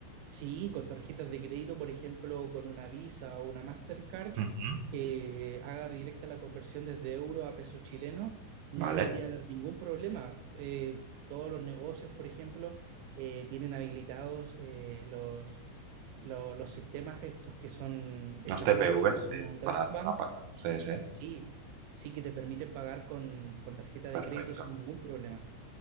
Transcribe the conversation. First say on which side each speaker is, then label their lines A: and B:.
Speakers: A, on the right; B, on the right.
A: Sí, con tarjetas de crédito, por ejemplo, con una Visa o una Mastercard
B: Ujú.
A: que haga directa la conversión desde euro a peso chileno, no
B: Vale.
A: debería haber ningún problema. Eh, todos los negocios, por ejemplo, eh, tienen habilitados eh, los, lo- los sistemas estos que son estas
B: Los T
A: máquinas
B: P V sí,
A: como Transbank,
B: para, para pagar. Sí, sí,
A: sí, sí que te permiten pagar con, con tarjeta
B: perfecto.
A: de crédito sin ningún problema.